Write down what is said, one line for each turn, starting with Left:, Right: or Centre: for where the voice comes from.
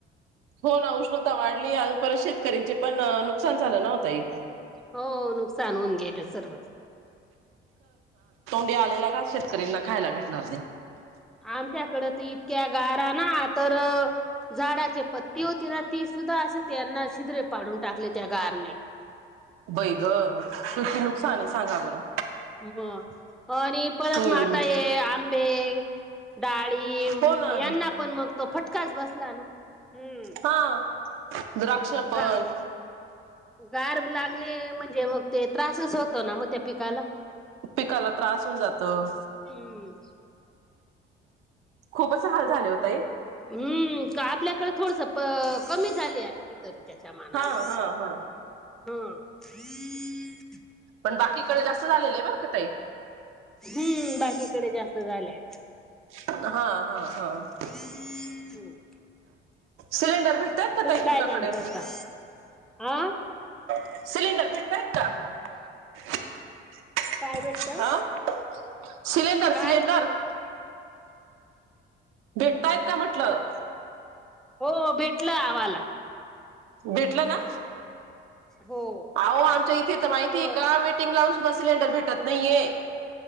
Right: हो ना उष्णता वाढली आणि परत शेतकरीची पण नुकसान झालं नाओ ताई.
Centre: हो नुकसान होऊन गेलं सर्वच.
Right: ते आलेला घास शेतकऱ्यांना खायला भेटणार नाही.
Centre: आमच्याकडे तर इतक्या गारा ना तर, झाडाची पत्ती होती ना ती सुद्धा असं त्यांना छिदरे पाडून टाकले त्या गारने,
Right: बई गं! किती नुकसान आहे सांगा बरं.
Centre: मग आणि <unintelligible> परत
Right: हम्म
Centre: म आता हे आंबे, डाळीब
Right: हो ना
Centre: यांना पण मग- तो फटकाच बसला ना. हम्म.
Right: हां द्राक्ष पण,
Centre: गा गार लागली म्हणजे मग ते त्रासच होतो ना मग त्या पिकाला.
Right: पिकाला त्रास होऊन जातं.
Centre: हम्म.
Right: खूपच हाल झाले होत.
Centre: हम्म आपल्याकडे थोडस कमी झाले आहे. तरी त्याच्या मानानं,
Right: हा हा हा.
Centre: हं <inaudible>
Right: पण बाकीकडे जास्त झालेलं आहे बरं का ते,
Centre: हम्म, बाकीकडे जास्त झालंय.
Right: हा हा हा हा
Centre: हो. <unintelligible>
Right: सिलेंडर भेटतायत का
Centre: तुम्ही
Right: ताई तुमच्याकडे?
Centre: काय काम करता हा
Right: सिलेंडर भेटतायेत का
Centre: काय भेटतं?
Right: अ सिलेंडर-सिलेंडर
Centre: काय
Right: भेटतायेत का म्हटलं?
Centre: हो भेटलं आव्हाल.
Right: भेटल ना
Centre: हो.
Right: आहो आमच्या इथे तर माहितीये
Centre: हो
Right: का वेटिंग लावून सुद्धा सिलेंडर भेटत नाहीये